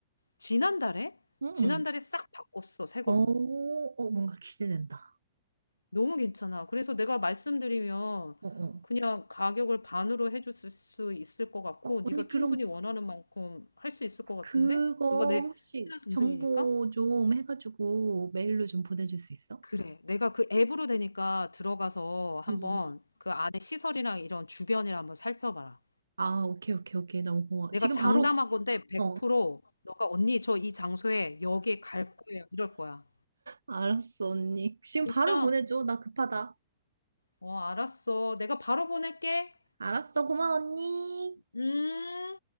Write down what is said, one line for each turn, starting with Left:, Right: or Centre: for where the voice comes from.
Left: 지난달에?
Right: 응,
Left: 지난달에
Right: 응.
Left: 싹 바꿨어, 새 걸로.
Right: 어, 어, 뭔가 기대된다.
Left: 너무 괜찮아. 그래서 내가 말씀드리면
Right: 어, 어.
Left: 그냥 가격을 반으로 해줄 수 있을 것 같고,
Right: 어,
Left: 네가
Right: 언니, 그럼
Left: 충분히 원하는 만큼 할 수 있을 것 같은데?
Right: 그거
Left: 너가 내
Right: 혹시
Left: 친한 동생이니까?
Right: 정보 좀 해가지고 메일로 좀 보내줄 수 있어?
Left: 그래. 내가 그 앱으로 되니까 들어가서 한번
Right: 응, 응, 응.
Left: 그 안에 시설이랑 이런 주변이랑 한번 살펴봐라.
Right: 아, 오케이, 오케이, 오케이. 너무 고마워.
Left: 내가
Right: 지금
Left: 장담하건데
Right: 바로,
Left: 100%
Right: 어,
Left: 너가 언니 저 이 장소에 여기 갈 거예요. 이럴 거야.
Right: 알았어, 언니. 지금
Left: 진짜?
Right: 바로 보내줘. 나 급하다.
Left: 어, 알았어. 내가 바로 보낼게.
Right: 알았어, 고마워, 언니.
Left: 음.